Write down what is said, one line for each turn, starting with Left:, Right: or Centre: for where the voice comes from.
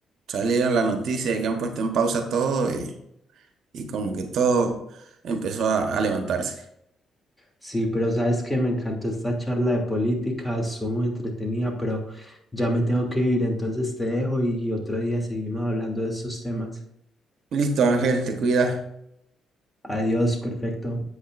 Right: salieron la noticia de que han puesto en pausa todo y, y como que todo empezó a a levantarse.
Centre: Sí, pero sabes que me encantó esta charla de política, estuvo muy entretenida, pero ya me tengo que ir, entonces te dejo y otro día seguimos hablando de estos temas.
Right: Listo, Ángel, te cuidas.
Centre: Adiós, perfecto.